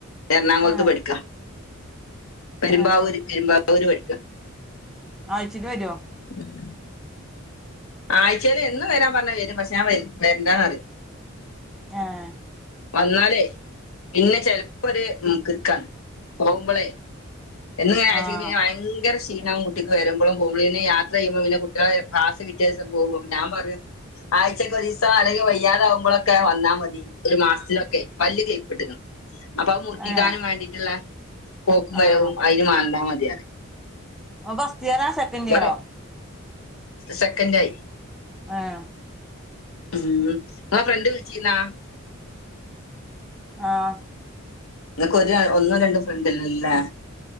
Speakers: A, on the left (about 70°); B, in the centre.
A: എറണാകുളത്ത്
B: ഏഹ്
A: പഠിക്കാ പെരുമ്പാവൂര്
B: ഏഹ്
A: പെരുമ്പാവൂര് പഠിക്ക
B: അയ്ച്ചില് വരോ
A: ഉം <inaudible> ആഴ്ച്ചെല് എന്നും വരാൻ പറഞ്ഞ വരും പക്ഷെ ഞാൻ വരണ്ടന്ന് പറിം
B: ആഹ്
A: വന്നാലേ പിന്നെ ചെിലപ്പോര് മൂക്ക്ർക്കാണ് പോകുമ്പളെയ് എന്നുങ്ങനെ അയച്ചക്ക്
B: ആഹ്
A: പീഞ്ഞാ ഭയങ്കര ഷീണവും കുട്ടിക്ക് കുട്ടിക്ക് വരുമ്പളും പോകുമ്പളും പിന്നെ യാത്ര ചെയ്യുമ്പോ പിന്നെ കുട്ടിയാളെ ക്ലാസ്സ്‌ പിറ്റേസം പോകും ഞാൻ പറിം ആഴ്ച്ചക്ക് ഒരീസോ അല്ലെങ്കി വയ്യാതാവുമ്പളൊക്കെ വന്നാ മതി ഒരു മാസത്തിലൊക്കെയ് പല്ല് ക്ളിപ്പ്ട്ട്ക്ക്ണ് അപ്പൊ അഹ് മുറക്കിക്കാനും
B: ഏഹ്
A: വേണ്ടിട്ടുള്ള പോക്കും വരവും
B: ആഹ്
A: അയ്ൻ മണ്ടാൽ മതിയറിം
B: ഓൻ ഫസ്റ്റ് ഇയറ സെക്കൻ്
A: ഇവിടെ
B: ഇയറോ
A: സെക്കൻഡ് ആയി
B: ആഹ്
A: ഉം ഇങ്ങള ഫ്രണ്ട് വിളിച്ചിന്നാ
B: ആഹ്
A: നിങ്ങക്ക്ഒരു ഒന്നും രണ്ടും ഫ്രണ്ടല്ലല്ലേ ലെ